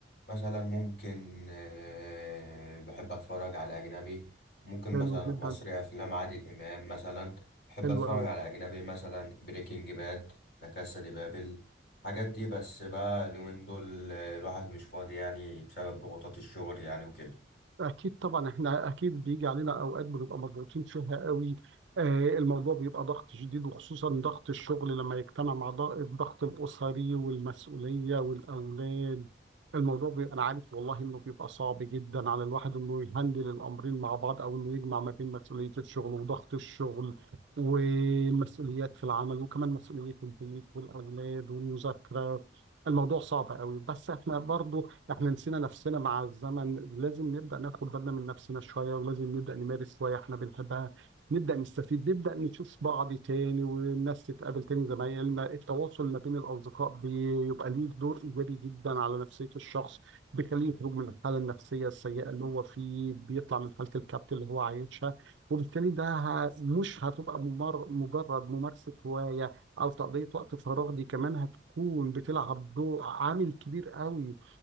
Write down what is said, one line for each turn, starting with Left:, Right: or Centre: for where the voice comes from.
Left: مثلا ممكن آه، بحب اتفرج على اجنبي ممكن
Right: حلو
Left: مثلا
Right: جدا
Left: مصري افلام عادل امام مثلا بحب
Right: حلو
Left: اتفرج
Right: قوي
Left: على اجنبي مثلا بريكنج باد لا كاسا دي بابل الحاجات دي بس بقى اليومين دول آه، الواحد مش فاضي يعني بسبب ضغوطات الشغل يعني وكده
Right: أكيد طبعا إحنا أكيد بيجي علينا أوقات بنبقى مضغوطين فيها قوي آه، الموضوع بيبقى ضغط شديد وخصوصا ضغط الشغل لما يجتمع مع ض- الضغط الأسري والمسؤولية والأولاد الموضوع بيبقى أنا عارف والله إنه بيبقى صعب جدا على الواحد إنه يهندل الأمرين مع بعض أو إنه يجمع ما بين مسؤولية الشغل وضغط الشغل والمسؤوليات في العمل وكمان مسؤولية البيت والأولاد والمذاكرة الموضوع صعب قوي بس إحنا برضو احنا نسينا نفسنا مع الزمن لازم نبدأ ناخد بالنا من نفسنا شوية ولازم نبدأ نمارس هواية احنا بنحبها نبدأ نستفيد نبدأ نشوف بعض تاني والناس تتقابل تاني زمايلنا التواصل ما بين الأصدقاء بيبقى ليه دور إيجابي جدا على نفسية الشخص بيخليه يخرج من الحالة النفسية السيئة اللي هو فيه بيطلع من حالة الكبت اللي هو عايشها وبالتالي ده ه- مش هتبقى ممر... مجرد ممارسة هواية أو تقضية وقت فراغ دي كمان هتكون بتلعب دور عامل كبير قوي